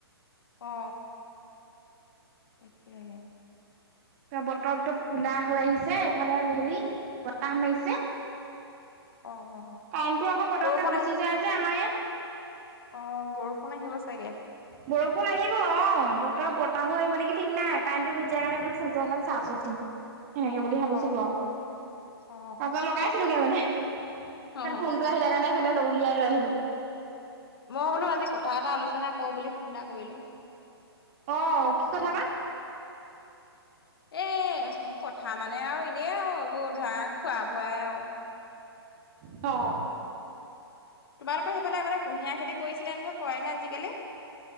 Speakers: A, on the left; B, on the right.
A: অ তাকেহে
B: এ বতৰটো কুলা হৈ আহিছে এফালে হেৰি বতাহ মাইছে
A: <unintelligible> অ'।
B: কাইণ্টো আকৌ পতককে
A: বৰষুণ
B: গুচি
A: আহি
B: যায় যে আমাৰ ইয়াত
A: অ বৰষুণ আহিব চাগে
B: বৰষুণ আহিব অ বতৰ বতাহো আহিব নেকি ঠিক নাই কাৰেণ্টটো গুচি যাই কাৰণে বোলো ফোনটো অকমান চাৰ্জত দিও সেনেকে বুলি ভাবিছিলো
A: অ',
B: আউ
A: অ',
B: তাচত লগাইছিলোগে মানে
A: অ',
B: সেত ফোনটো আহিলে কাৰণে এফালে উলিয়াই লৈ আহিলো
A: মই বোলো আজি কথা এটা আলোচনা কৰো বুলি ফোন এটা কৰিলো
B: অ কি কথা বা
A: এ কথা মানে আৰু এনেই আউ এইবোৰ ধৰা খোৱা বোৱাই আউ
B: অ
A: তোমালোকৰ সেফালে আগতে কুঁহিয়াৰ খেতি কৰিছিলে নহয় কৰে নে আজিকালি।